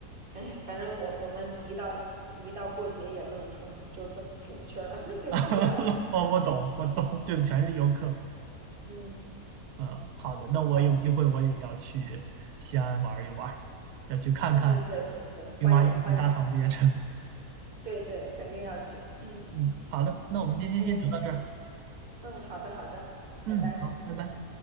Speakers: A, on the right; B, on the right.
A: 哎，反正我我们一到一到过节也不能出门，就不出不去了，<laughs> 就出不了。
B: <laughs> 哦，我懂，我懂，就全是游客。
A: 嗯，
B: 嗯，好的，那我有机会我也要去西安玩一玩，
A: 然后
B: 要去看看
A: 嗯，对对对，
B: 兵马俑和大唐不夜城。
A: 欢迎欢迎，对对，肯定要去。嗯，
B: 嗯，好的，那我们今天先聊到这儿。
A: 欢迎你来嗯，好的好的，
B: 嗯，
A: 拜拜。
B: 好，拜拜。